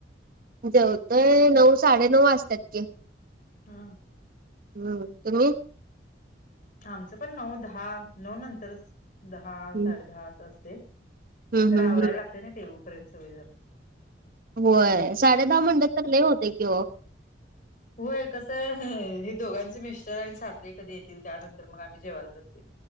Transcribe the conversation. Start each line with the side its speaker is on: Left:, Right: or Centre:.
Right: जेवतोय नऊ साडे नऊ वाजतात.
Left: हा
Right: हम्म तुम्ही
Left: आमचं पण नऊ दहा नऊ नंतरच दहा
Right: हम्म
Left: साडे दहा असं असते.
Right: हम्म
Left: खरं
Right: हम्म
Left: आवरायला
Right: हम्म
Left: लागते ना तेऊपर्यंत सवय जर
Right: होय साडे दहा म्हणटे तर ल होते कि,
Left: होय कस आहे हे दोघांचे मिस्टर आणि शासरीे कधी येतील. त्यानंतर मग आम्ही जेवायला बसते